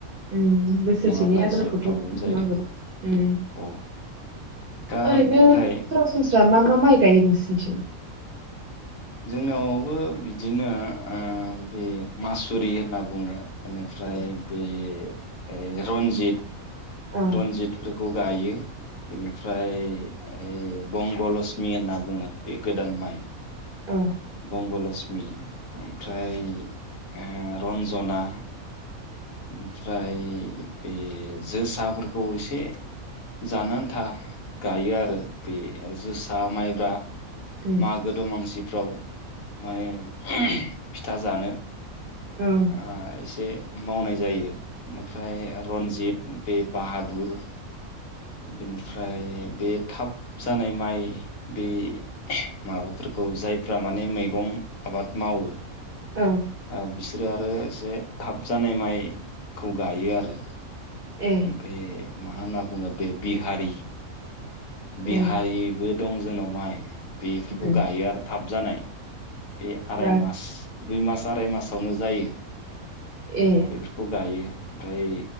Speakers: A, on the right; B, on the left.
A: उम बोसोरसेनि
B: नङाब्ला
A: आदारखौथ'
B: एसे प्रब्लेम
A: बुथुमनांगौ
B: जायो
A: उम
B: औ दा
A: ओरैनो
B: ओमफ्राय
A: सरासनस्रा मा मा माइ गायो नोंस निथिं?
B: जोंनियावबो बिदिनो ओ बे मासुरि होनना बुङो। बेनिफ्राय
A: औ
B: बे ओय रन्जित
A: औ
B: रन्जितफोर खौ गायो बेनिफ्राय ओय बंगलषमि होनना बुङो बे गोदान माइ
A: औ
B: बंगलषमि ओमफ्राय ओ रन्जना ओमफ्राय बे जोसाफोरखौ एसे जानो आन्था गायो आरो बे जोसा माइब्रा
A: उम
B: मागो दमांसि फ्राव माने फिथा जानो।
A: औ
B: ओ एसे मावनाय जायो ओमफ्राय रन्जित बे बाहादुर बेनिफ्राय बे थाब जानाय माइ बे माबाफोरखौ जायफ्रा माने मैगं आबाद मावो
A: औ
B: ओ बिस रो आरो एसे थाब जानाय माइखौ गायो आरो।
A: ए
B: ओमफ्राय मा होनना बुङो बे बिहारि
A: अ
B: बिहारिबो दङ जोंनाव माइ बेफोरखौ
A: उम
B: गायो आरो थाब जानाय। बे आराय
A: बा
B: मास दुइ मास आराय मासावनो जायो।
A: ए
B: बेफोरखौ गायो। ओमफ्राय